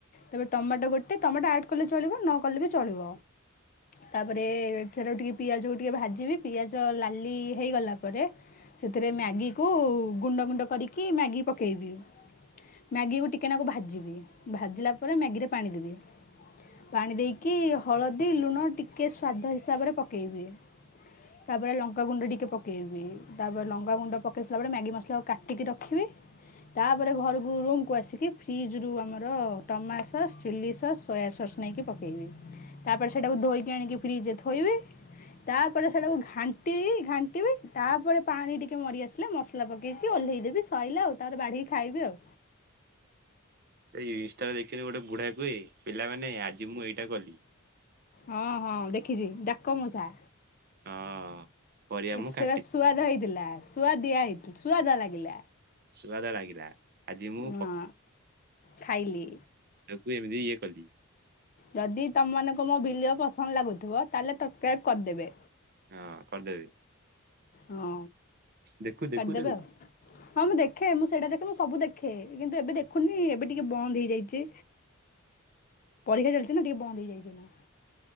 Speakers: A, on the left; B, on the right.
A: ତେବେ ଟମାଟୋ ଗୋଟେ ଟମାଟୋ ଆଡ କଲେ ଚଳିବ ନକଲେ ବି ଚଳିବ। ତାପରେ ଏଥିରୁ ଟିକେ ପିଆଜ କୁ ଟିକେ ଭାଜିବି ପିଆଜ ଲାଲି ହେଇଗଲା ପରେ। ସେଥିରେ ମ୍ୟାଗି କୁ ଗୁଣ୍ଡ ଗୁଣ୍ଡ କରିକି ମ୍ୟାଗି ପକେଇବି। ମ୍ୟାଗିକୁ ଟିକେନାକୁ ଭାଜିବି ଭାଜିଲା ପରେ ମ୍ୟାଗିରେ ପାଣି ଦେବି। ପାଣି ଦେଇକି ହଳଦୀ ଲୁଣ ଟିକେ ସ୍ଵାଦ ହିସାବରେ ପକେଇବି। ତାପରେ ଲଙ୍କା ଗୁଣ୍ଡ ଟିକେ ପକେଇବି। ତାପରେ ଲଙ୍କା ଗୁଣ୍ଡ ପକେଇ ସାରାବା ପରେ ମ୍ୟାଗି ମ କୁ କାଟିକି ରଖିବି। ତାପରେ ଘରକୁ ରୁମକୁୁ ଆସିକି। ଫ୍ରିଜ ରୁ ଆମର tomato sauce chilli sauce soya sauce ଏଠୁ ନେଇକି ପକେଇବି। ତାପରେ ସେଇଟାକୁ ଧୋଇକି ଆଣିକି ଫ୍ରିଜିରେ ଥୋଇବେ। ତାପରେ ସେଟାକୁ ଘାଣ୍ଟିବି ଘାଣ୍ଟିବି ତାପରେ ପାଣି ଟିକେ ମରି ଆସିଲେ ମସଲା ପକେ କି ଓହ୍ଲେଇଦେବି ସଇଲା ଆଉ ତାରେ ବାଢିକି ଖାଇବି ଆଉ।
B: ଏଇ ଇନଷ୍ଟାରେ ଦେଖିନି ଗୋଟେ ବୁଢା କୁହେ। ପିଲାମାନେ ଆଜି ମୁଁ ଏଇଟା କଲି।
A: ହଁ ହଁ ଦେଖିଛି ଡାକ ମଉସା।
B: ହଁ। ପରିବା
A: ଏ
B: ମୁଁ
A: ସୁଆ
B: କାଟି
A: ସୁଆଦ ହେଇଥିଲା ସୁଆଦିଆ ହେଇ ସୁଆଦ ଲାଗିଲା
B: ସୁଆଦ ଲାଗିଲା ଆଜି ମୁଁ
A: ହଁ। ଖାଇଲି।
B: ଆକୁ ଏମିତି ଇଏ କଲି।
A: ଯଦି ତମମାନଙ୍କୁ ମୋ ଭିଲିଓ ପସନ୍ଦ ଲାଗୁଥିବ। ତାହେଲେ ସତସ୍କ୍ରାଇବ କରିଦେବେ।
B: ହଁ କରିଦେବି।
A: ହଁ
B: ଦେଖୁ ଦେଖୁ
A: କରିଦେବେ
B: ଦେଖୁ
A: ଆଉ ହଁ ମୁଁ ଦେଖେ। ମୁଁ ସେଇଟା ଦେଖ ମୁଁ ସବୁ ଦେଖେ। କିନ୍ତୁ ଏବେ ଦେଖୁନି ଏବେ ଟିକେ ବନ୍ଦ ହେଇଯାଇଚି। ପରୀକ୍ଷା ଚାଲିଚି ନା ଟିକିଏ ବନ୍ଦ ହେଇଯାଇଚି ଏଇନା।